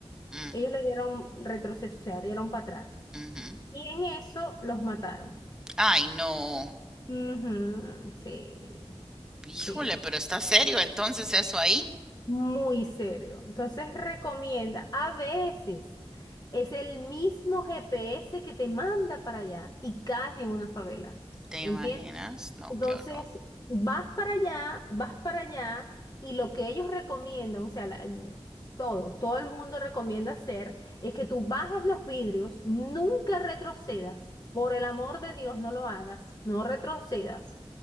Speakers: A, in the centre; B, on the left (about 35°).
A: mm,
B: ellos le dieron retroceso, o sea, dieron para atrás.
A: ujú.
B: Y en eso los mataron.
A: Ay, no.
B: Ujú, sí,
A: Híjole,
B: sí.
A: pero está serio entonces eso ahí.
B: Muy serio. Entonces recomienda, a veces es el mismo GPS que te manda para allá y caes en una favela,
A: ¿Te imaginas?
B: ¿entiendes?
A: No,
B: Entonces
A: qué horror.
B: vas para allá, vas para allá y lo que ellos recomiendan, o sea, la- mm, todo, todo el mundo recomienda hacer es que tú bajes los vidrios, nunca retrocedas. Por el amor de Dios, no lo hagas, no retrocedas.